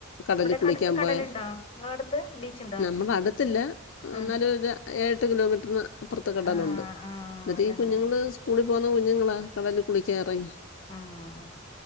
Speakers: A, on the left; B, on the left.
A: കടലി
B: അവിടെക്കെ
A: കുളിക്കാം
B: അടുത്ത് കടലുണ്ടോ
A: പോയാ
B: നിങ്ങള അടുത്ത് ബീച്ചുണ്ടോ
A: നമ്മളെ അടുത്തല്ല എന്നാല്
B: ആഹ്
A: ഒര് ഏഴെട്ട് കിലോമീറ്ററ് അപ്പുറത്ത് കടലുണ്ട്
B: ആഹ് ആഹ്
A: ന്നിട്ട്
B: അവരങ്ങനെ
A: ഈ കുഞ്ഞുങ്ങള് സ് കൂളി പോവുന്ന കുഞ്ഞുങ്ങളാ കടലി കുളിക്കാനെറങ്ങി
B: ആഹ്